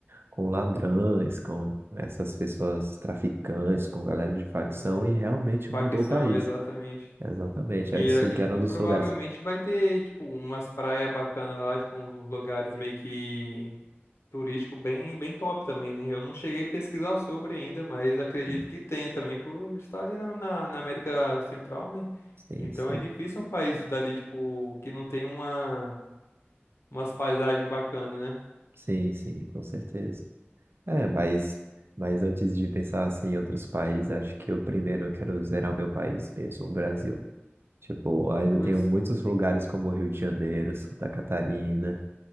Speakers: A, on the right; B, on the left.
A: com ladrões, com essas pessoas traficantes, com galera de facção,
B: É,
A: e realmente
B: Paquistão,
A: mudou o país.
B: exatamente.
A: Exatamente.
B: E,
A: Antes
B: eh,
A: o que
B: e, tipo,
A: era um dos
B: provavelmente
A: lugares.
B: vai ter, tipo, umas praias bacanas lá, tipo, uns lugares meio que turístico bem, bem top também, né? Eu não cheguei a pesquisar sobre ainda, mas acredito
A: Sim,
B: que tenha também por estar ali na, na, na América Central, né?
A: sim,
B: Então
A: sim,
B: é difícil um país dali, tipo, que não tem uma, umas paisagens bacanas, né?
A: sim, sim, com certeza. É, mas, mas antes de pensar assim, em outros países, acho que eu primeiro quero zerar meu país mesmo, o Brasil. Tipo, ainda
B: Pois.
A: tenho muitos lugares como Rio de Janeiro, Santa Catarina.